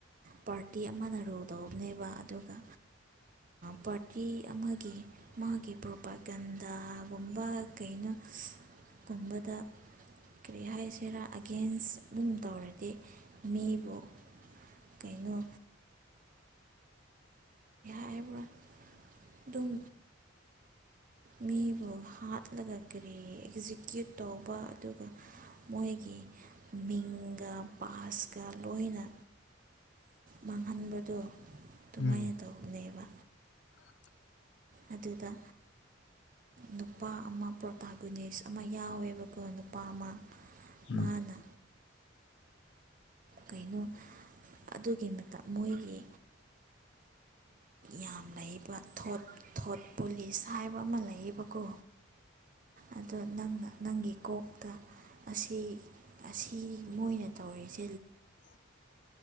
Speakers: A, on the right; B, on the left.
A: ꯄꯥꯔꯇꯤ ꯑꯃꯅ ꯔꯣꯜ ꯇꯧꯕꯅꯦꯕ ꯑꯗꯨꯒ ꯄꯥꯔꯇꯤ ꯑꯃꯒꯤ ꯃꯥꯒꯤ ꯄ꯭ꯔꯣꯄꯥꯒꯟꯙꯒꯨꯝꯕ ꯀꯩꯅꯣ
B: <inaudible>
A: ꯀꯨꯝꯕꯗ ꯀꯔꯤ ꯍꯥꯏꯁꯤꯔꯥ ꯑꯒꯦꯟꯁ ꯑꯗꯨꯨꯝ ꯇꯧꯔꯗꯤ ꯃꯤꯕꯨ ꯀꯩꯅꯣ ꯇꯕ ꯑꯗꯨꯝ ꯃꯤꯕꯨ ꯍꯥꯠꯂꯒ ꯀꯔꯤ ꯑꯦꯛꯖꯤꯀ꯭ꯌꯨꯠ ꯇꯧꯕ ꯑꯗꯨꯒ ꯃꯣꯏꯒꯤ ꯃꯤꯡꯒ ꯄꯕꯥꯥꯁꯀ ꯂꯣꯏꯅ ꯃꯥꯡꯍꯟꯕꯗꯣ ꯑꯗꯨꯃꯥꯏꯅ
B: ꯎꯝ
A: ꯇꯧꯅꯦꯕ
B: <inaudible>
A: ꯑꯗꯨꯗ ꯅꯨꯄꯥ ꯑꯃ ꯄ꯭ꯔꯣꯇꯥꯒꯨꯅꯦꯁ ꯑꯃ ꯌꯥꯎꯋꯦꯕꯀꯣ ꯅꯨꯄꯥ ꯑꯃ
B: ꯎꯝ
A: ꯃꯥꯅ ꯀꯩꯅꯣ ꯑꯗꯨꯒꯤ ꯃꯣꯏꯒꯤ ꯌꯥꯝ ꯂꯩꯕ ꯊꯣꯠ ꯊꯣꯠ ꯄꯨꯣꯂꯤꯁ ꯍꯥꯏꯕ ꯑꯃ ꯂꯩꯌꯦꯕꯀꯣ ꯑꯗꯣ ꯅꯪꯅ ꯅꯪꯒꯤ ꯀꯣꯛꯇ ꯑꯁꯤ ꯑꯁꯤ ꯃꯣꯏꯅ ꯇꯧꯔꯤꯁꯦ
B: ꯎ